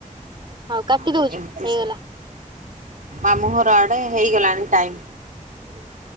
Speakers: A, on the right; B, on the right.
A: ହଉ କାଟି
B: ଆଉ
A: ଦଉଛି
B: ଏମିତି
A: ହେଇଗଲା।
B: ମାମୁଁ ଘରଆଡେ ହେଇଗଲାଣି ଟାଇମ୍।
A: ହୁଁ